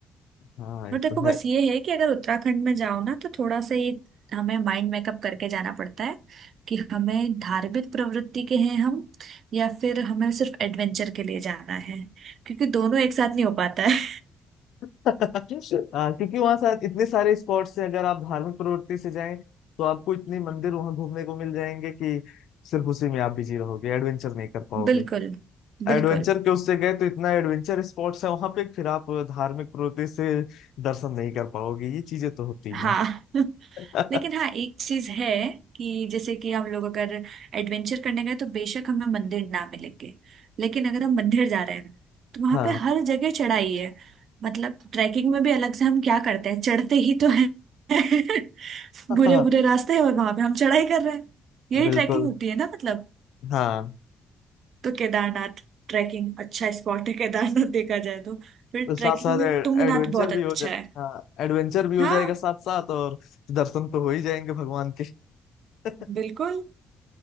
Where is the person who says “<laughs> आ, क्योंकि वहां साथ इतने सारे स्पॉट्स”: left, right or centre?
Left